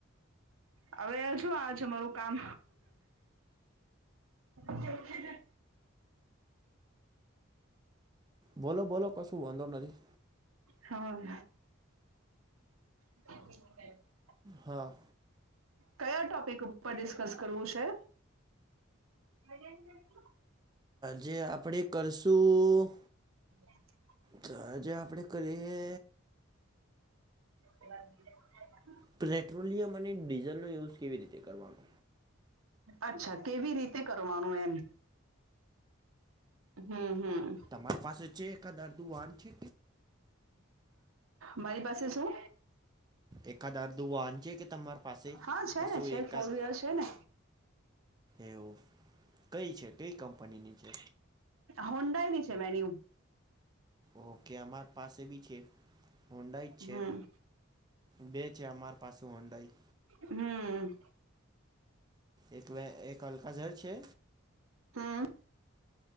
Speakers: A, on the right (about 90°); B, on the right (about 20°).
A: હવે છો આજ મારું કામ કેકે
B: બોલો બોલો કશું વાંધો નથી
A: હમ <inaudible>
B: હા
A: કયા ટોપિક ઉપર ડિસ્કસ કરવું છે મ
B: જે આપણે કરશું
A: હ
B: તોજે આપડે કરીએ
A: બ
B: પેટ્રોલિયમ અને ડીઝલનો યુઝ કેવી રીતે કરવાનો
A: અચ્છા કેવી રીતે કરવાનું એમ હમ હમ
B: તમારી પાસે છે એક દાદુ વાન છે
A: મારી પાસે શું
B: એકાદ અર્ધુ વાન છે કે તમારી પાસે
A: હા છે
B: કે શું
A: ને છે
B: એકાદ
A: ફોર વ્હીલર છે ને
B: એવું કઈ છે કઈ કંપનીની છે
A: હોન્ડાાઈની છે વેન્યુ
B: ઓહકે અમારે પાસે ભી છે હુંડાઈ જ છે
A: હમ
B: બે છે અમારી પાસે હુંડાઈ
A: હમ
B: એક વ એક અલકાઝર છે
A: હમ